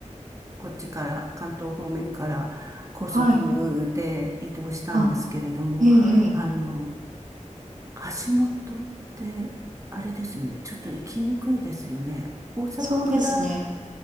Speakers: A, on the right (about 25°); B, on the right (about 80°).
A: こっちから、関東方面から高速で移動したんですけれども、
B: はい。あ、ええ、ええ、
A: あの、橋本って、あれですよね。ちょっと行きにくいですよね。大阪から、
B: そうですね。